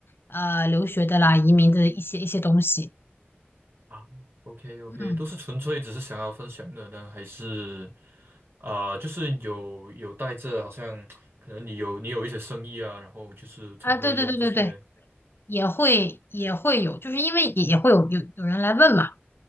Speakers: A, on the left; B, on the right.
A: 呃留学的啦、移民的一些一些东西。
B: 啊，OK OK，
A: 嗯，
B: 都是纯粹只是想要分享的呢？还是啊、就是有有带着好像可能你有你有一些生意啊，然后就是才会用这些
A: 啊，对对对对对，也会也会有，就是因为也也会有有有人来问嘛，